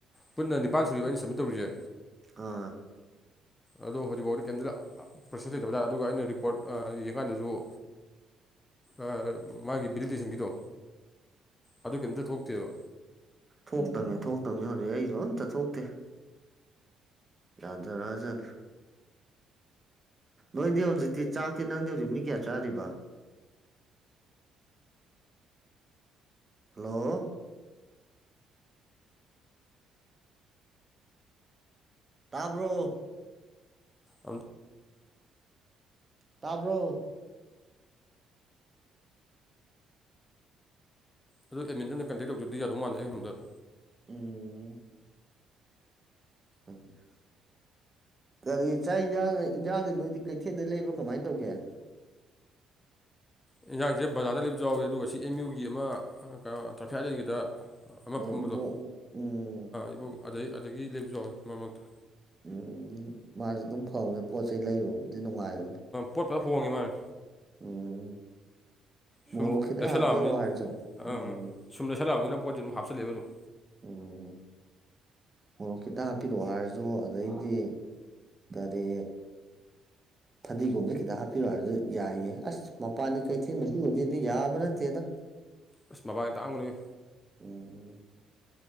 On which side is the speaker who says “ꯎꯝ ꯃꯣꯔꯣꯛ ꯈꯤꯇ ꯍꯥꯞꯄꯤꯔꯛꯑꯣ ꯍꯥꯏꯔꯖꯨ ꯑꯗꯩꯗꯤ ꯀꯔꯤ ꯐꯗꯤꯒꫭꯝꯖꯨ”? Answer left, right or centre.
Right